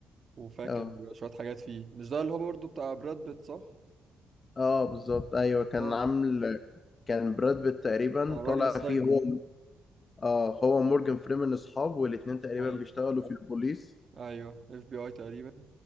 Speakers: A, on the right; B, on the left.
A: وفاكر
B: اه
A: شوية حاجات فيه مش ده اللي هو برضه بتاع براد بيت صح؟
B: اه بالظبط ايوه كان
A: اه
B: عامل كان براد بيت تقريبا
A: بتاع الراجل
B: طالع
A: السايكو
B: فيه هو اه هو مورجان فريمان اصحاب والاتنين تقريبا
A: ايوه
B: بيشتغلوا في البوليس
A: ايوه اف بي اي تقريبا